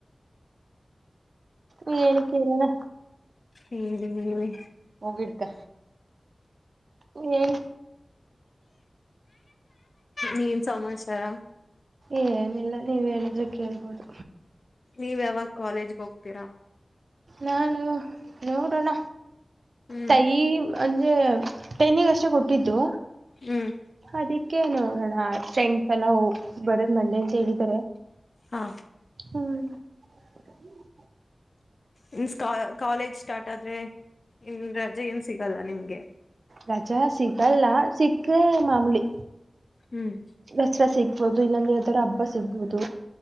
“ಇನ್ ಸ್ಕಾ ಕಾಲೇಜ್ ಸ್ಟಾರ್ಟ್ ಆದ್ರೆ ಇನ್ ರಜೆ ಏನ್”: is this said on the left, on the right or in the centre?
Left